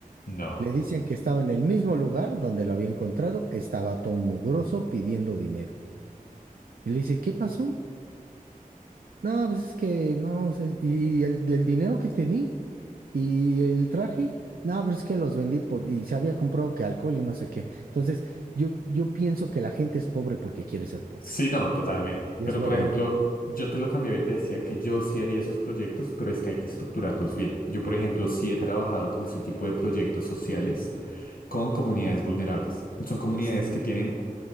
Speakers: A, on the left; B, on the right.
A: No.
B: Le dicen que estaba en el mismo lugar donde lo había encontrado, estaba todo mugroso pidiendo dinero. Y le dice, ¿qué pasó? No, pues es que no, pues es- y el del dinero que te di y el traje, no, pues es que los vendí por y se había comprado que alcohol y no sé qué. Entonces, yo yo pienso que la gente es pobre porque quiere ser pobre
A: Sí, no, totalmente.
B: y
A: Pero
B: es huevona.
A: por ejemplo, yo te lo cambiaba y te decía que yo sí haría esos proyectos, pero es que hay que estructurarlos bien. Yo, por ejemplo, sí he trabajado con este tipo de proyectos sociales con comunidades vulnerables. Son comunidades
B: S-
A: que tienen